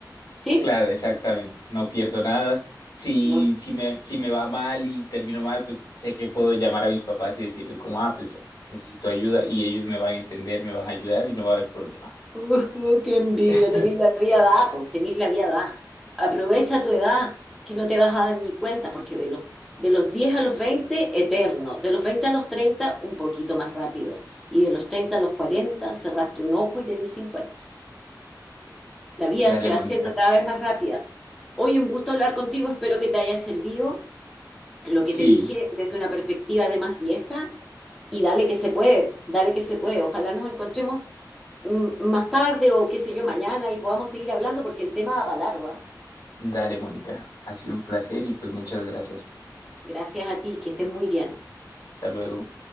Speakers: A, in the centre; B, on the left.
A: ¿Sí?
B: Claro, exactamente, no pierdo nada. Si,
A: No.
B: si me, si me va mal y termino mal, pues sé que puedo llamar a mis papás y decirles como, ah, pues necesito ayuda y ellos me van a entender, me van a ayudar y no va a haber problema.
A: Uh, qué envidia,
B: <laughs>
A: tenés la vida dada, pues tenés la vida dada. Aprovecha tu edad, que no te vas a dar ni cuenta, porque de los, de los 10 a los 20 eterno. De los 20 a los 30 un poquito más rápido. Y de los 30 a los 40 cerraste un ojo y tenés cincuenta La vida
B: Dale,
A: se va
B: Mónica.
A: haciendo cada vez más rápida. Hoy un gusto hablar contigo, espero que te haya servido lo que
B: Sí,
A: te dije desde una perspectiva de más vieja y dale que se puede, dale que se puede. Ojalá nos encontremos mm, más tarde o qué sé yo, mañana y podamos seguir hablando porque el tema va para largo, ¿ah?
B: dale, Mónica. Ha sido un placer y pues muchas gracias.
A: Gracias a ti, que estés muy bien.
B: Hasta luego.